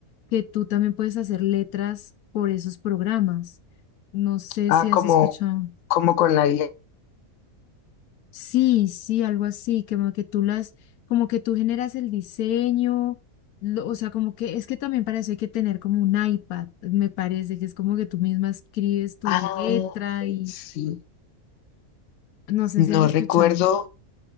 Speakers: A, on the left (about 80°); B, on the left (about 65°).
A: que tú también puedes hacer letras por esos programas. No sé
B: Ah,
A: si has
B: como,
A: escuchado.
B: como con la guía.
A: Sí, sí, algo así, como que tú las, como que tú generas el diseño, lo- o sea, como que es que también para eso hay que tener como un iPad, me parece, que es como que tú misma escribes tu
B: Ah,
A: letra y
B: sí.
A: no sé
B: No
A: si has escuchado.
B: recuerdo,